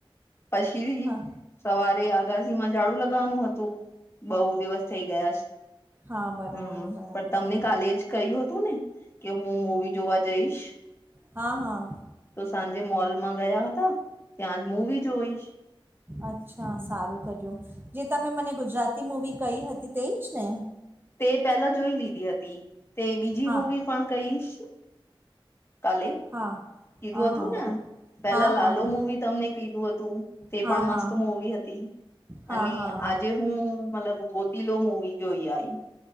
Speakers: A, on the left; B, on the right.
A: પછીરી
B: હા
A: સવારે આગાજી માં ઝાડું લગાવાનું હતું બઉ દિવસ થઈ ગયા છે
B: હા બરાબર
A: હમ
B: બરાબર
A: પણ તમને
B: હા
A: કાલે જ કયું હતું ને કે હું મવી જોવા જઈશ
B: હા હા
A: તો સાંજે મોલમાં ગયા હતા ત્યાં જ મુવી જોઈશ
B: અચ્છા
A: હમ
B: સારું કર્યું જે તમે મને ગુજરાતી મુવી કહી હતી તે જ ને
A: તે પેલા જોઈ લીધી હતી તે બીજી
B: હા
A: મૂવી પણ કઈશ કાલે
B: હા
A: કીધું
B: હા
A: હતું
B: હા
A: ને
B: બરા
A: પેલા
B: હા
A: લાલો
B: હા હા
A: મૂવી તમને કીધું હતું તે
B: હા
A: પણ મસ્ત
B: હા
A: મુવી હતી
B: હા
A: અને
B: હા
A: આજે હું મતલબ ગોતિલો મુવી જોઈ આઈ